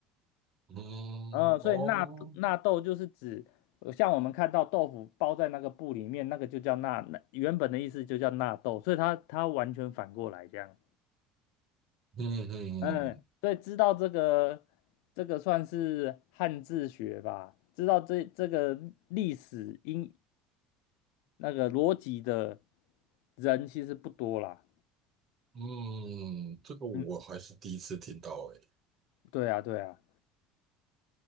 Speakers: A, on the right (about 30°); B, on the left (about 75°).
A: 嗯，
B: 嗯，所以纳纳豆就是指呃像我们看到豆腐包在那个布里面，
A: 哦，
B: 那个就叫纳，那原本的意思就叫纳豆，所以它它完全反过来这样。
A: 嗯嗯嗯
B: 嗯，所以知道这个这个算是汉字学吧，知道这这个历史因那个逻辑的人其实不多啦。
A: 嗯，嗯这个我还是第一次听到，
B: 嗯，
A: 诶。
B: 对啊，对啊，